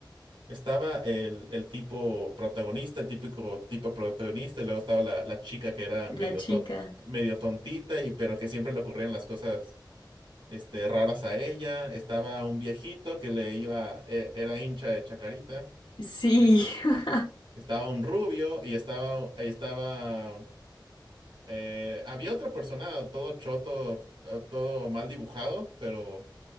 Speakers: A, on the right; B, on the left.
A: estaba el, el tipo protagonista, el típico tipo protagonista, y luego estaba la, la chica que era medio
B: La chica.
A: ton- medio tontita, y pero que siempre le ocurrían las cosas este, raras a ella. Estaba un viejito que le iba, e- era hincha de Chacarita.
B: Sí.
A: Es-
B: <laughs>
A: estaba un rubio y estaba, y estaba, eh, había otra persona, todo choto, eh, todo mal dibujado, pero,